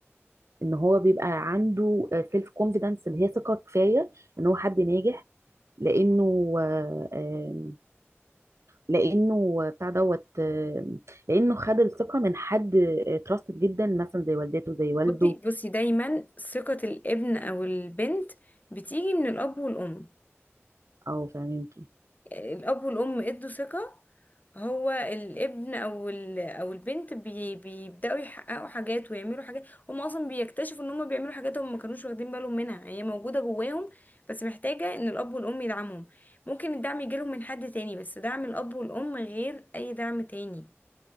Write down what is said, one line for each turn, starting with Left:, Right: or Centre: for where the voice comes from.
Right: ان هو بيبقى عنده سيلف كونفيدنس اللي هي ثقه كفايه ان هو حد ناجح لانه آه، آه، لانه بتاع دوت آه، لانه خد الثقه من حد تراستد جدا مثلا زي والدته زي والده
Left: بصي بصي دايما ثقة الابن أو البنت بتيجي من الأب والأم
Right: او فاهمين
Left: الأب والأم ادوا ثقة هو الابن أو ال- أو البنت بي بيبدأوا يحققوا حاجات ويعملوا حاجات هم أصلا بيكتشفوا إن هم بيعملوا حاجات هم ما كانوش واخدين بالهم منها هي موجودة جواهم بس محتاجة إن الأب والأم يدعمهم ممكن الدعم يجيلهم من حد تاني بس دعم الأب والأم غير أي دعم تاني